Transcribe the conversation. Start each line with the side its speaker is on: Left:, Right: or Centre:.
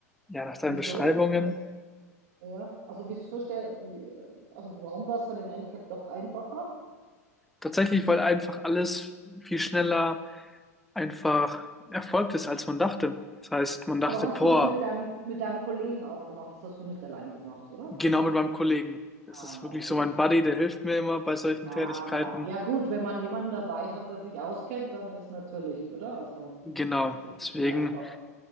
Centre: ja, nach deinen
Right: Wieso?
Centre: Beschreibungen.
Right: Was? Ja, also wieso stell, wie- also warum war es dann im Endeffekt doch einfacher?
Centre: Tatsächlich, weil einfach alles viel schneller einfach erfolgt ist, als man dachte. Das heißt, man dachte,
Right: Aber hast
Centre: boah,
Right: du das mit deinem, mit deinem Kollegen auch gemacht? Das hast du nicht allein gemacht, oder?
Centre: genau mit meinem Kollegen. Das
Right: Ah,
Centre: ist wirklich
Right: okay.
Centre: so mein Buddy, der hilft mir immer bei solchen
Right: Ah,
Centre: Tätigkeiten.
Right: ja gut, wenn man jemanden dabei hat, der sich auskennt, dann ist natürlich, oder? Also
Centre: Genau.
Right: sicher
Centre: Deswegen
Right: viel einfacher.